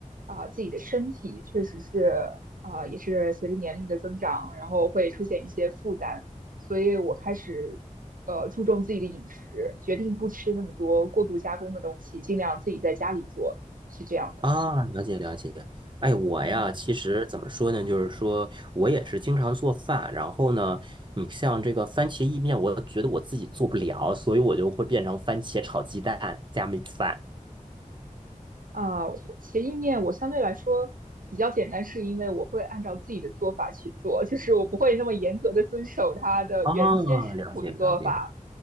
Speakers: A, on the right; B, on the right.
A: 啊、自己的身体确实是啊、也是随着年龄的增长，然后会出现一些负担，所以我开始呃注重自己的饮食，决定不吃那么多过度加工的东西，尽量自己在家里做，是这样的。
B: 啊，了解了解。哎，我呀，
A: 嗯。
B: 其实怎么说呢，就是说我也是经常做饭，然后呢，你像这个番茄意面，我觉得我自己做不了，所以我就会变成番茄炒鸡蛋加米饭。
A: 啊，其意面我相对来说比较简单，是因为我会按照自己的做法去做，就是我不会那么严格的遵守它的原先食谱的做法。
B: 啊，了解了解